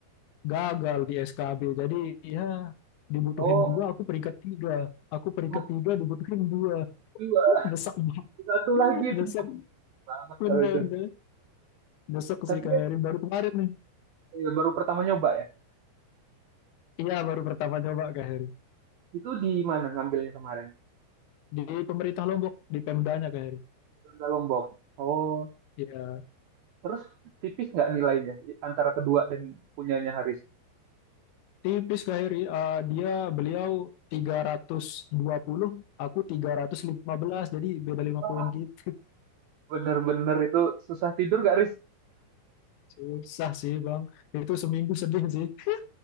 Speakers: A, on the left (about 75°); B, on the right (about 75°).
A: gagal di SKB. Jadi ya dibutuhin
B: Oh,
A: dua, aku peringkat tiga. Aku peringkat
B: wah,
A: tiga dibutuhin dua.
B: dua.
A: <laughs> Nyesek banget.
B: Satu
A: <laughs>
B: lagi.
A: Nyesek
B: banget
A: bener
B: kalau itu.
A: deh. Nyesek
B: Tapi
A: sih Kak
B: ya,
A: Heri. Baru kemarin nih.
B: ya baru pertama nyoba ya.
A: Iya baru pertama coba Kak Heri.
B: Itu di mana ngambilnya kemarin?
A: di pemerintah Lombok di Pemdanya Kak Heri.
B: Di Lombok. Oh,
A: Ya,
B: terus tipis nggak nilainya antara kedua dan punyanya Haris?
A: tipis Kak Heri. Eh, dia beliau tiga ratus dua puluh aku tiga ratus lima belas jadi beda lima
B: Wah,
A: poin gitu.
B: bener-bener itu susah tidur gak Haris?
A: <laughs> Susah sih Bang. Itu seminggu sedih sih. <laughs>